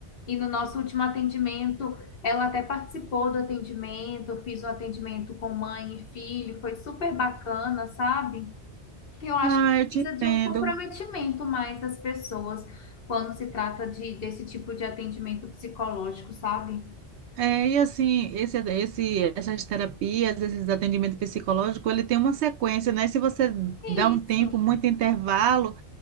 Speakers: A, on the left (about 60°); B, on the right (about 70°).
A: E no nosso último atendimento, ela até participou do atendimento, eu fiz um atendimento com mãe e filho, foi super bacana, sabe? Eu acho
B: Ah,
A: que
B: eu te
A: precisa
B: entendo.
A: de um comprometimento mais das pessoas quando se trata de, desse tipo de atendimento psicológico, sabe?
B: É, e assim, esse, esse, essas terapias, esses atendimentos psicológicos, ele tem uma sequência, né? Se você
A: Isso.
B: dá um tempo, muito intervalo,